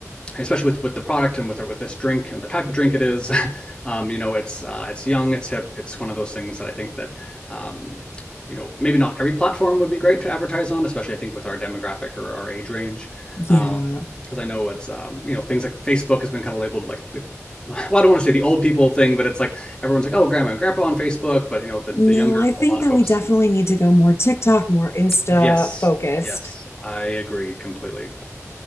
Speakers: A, on the left (about 15°); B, on the left (about 55°).
A: especially with, with the product and with with this drink and the type of drink it is, <laughs> um, you know, it's uh, it's young, it's hip, it's one of those things that I think that um, you know maybe not every platform would be great to advertise on, especially I think with our demographic or our age range,
B: Yeah.
A: Um, because I know it's um, you know things like Facebook has been kind of labeled like the <laughs> well, I don't want to say the old people thing, but it's like everyone's like, oh, grandma and grandpa on Facebook, but you know, the, the
B: No,
A: younger,
B: I think
A: a lot
B: that
A: of folks.
B: we definitely need to go more TikTok, more Insta
A: Yes,
B: focused.
A: yes, I agree completely,